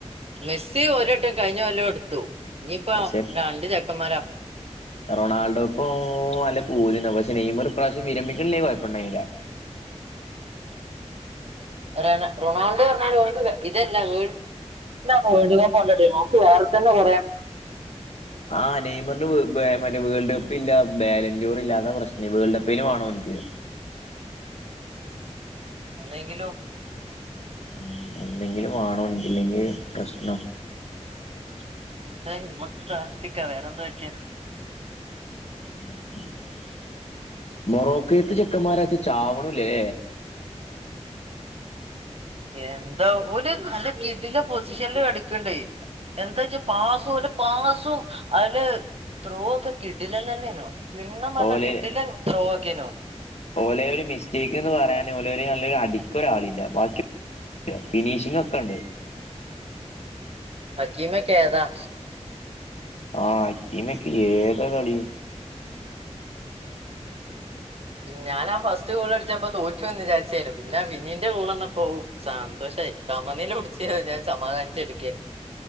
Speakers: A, on the right; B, on the left.
A: മെസ്സി ഒരട്ടം കഴിഞ്ഞു കൊല്ലം എടുത്തു ഇനിയിപ്പ
B: പക്ഷെ
A: രണ്ട് ചെക്കന്മാരാ
B: റൊണാൾഡോക്കും നല്ല പൂജന്ന പക്ഷെ നെയമ ഒരു പ്രാവശ്യം വിരമിക്കണില്ലേ കുഴപ്പണ്ടാ യി ല്ല
A: <unintelligible> റൊണാൾഡോ പറഞ്ഞാൽ നമക്ക് ഇതല്ല വേൾ വേൾഡ് കപ്പ്ല്ല ട നമക്ക് വേറെ തന്നെ കുയാം
B: ആ നെയ്മറിന് വേ മറ്റേ വേൾഡ് കപ്പ് ഇല്ല ബാലൻറൂർ ഇല്ല അതാ പ്രശ്നേ വേൾഡ് കപ്പെലും വേണം ഓൻക്ക്
A: ഒന്നെങ്കിലോ
B: ഉം ഒന്നെങ്കിലും വേണോ ഓൻക്ക് ഇല്ലെങ്കി പ്രശ്നാ
A: <unintelligible> പ്ലാസ്റ്റിക്ക വേറെന്തോ വച്ചേന
B: <unintelligible> മോറോക്കെ പ്പ്ത്ത ചെക്കന്മാരൊക്കെ ചാവണോല്ലല്ലേ
A: എന്താ ഓര് നല്ല കിടിലൻ പൊസിഷനില് അടിക്കണ്ടേ എന്തജ്ജ് പാസും ഓരെ പാസും അതില് ത്രോ ഒക്കെ കിടിലൻ തന്നെയെനു കിണ്ണം പറഞ്ഞ
B: ഓലെ
A: കിടിലൻ ത്രോ കിനോ
B: ഓലെ ഒരു മിസ്റ്റേക്ക്ന്ന് പറയാന ഓലെ നല്ലരു അടിക്ക ഒരാളില്ല ബാക്കി <inaudible> ഫിനിഷിങ് ഒക്കെണ്ട്
A: അക്കിമൊക്കെ ഏതാ
B: ആ അക്കിമക്കെ ഏതാ കളി
A: ഞാനാ ഫസ്റ്റ് ഗോൾ അടിച്ചപ്പോ തോറ്റു പോയിന്ന് വിചാരിചെനു പിന്നെ വിനീന്റെ ഗോള് വന്നപോ സന്തോഷയി സമനില പിടിച്ച് കയിഞ്ഞ് ഞാൻ സമാധാനിച്ച് ഇരിക്കെനു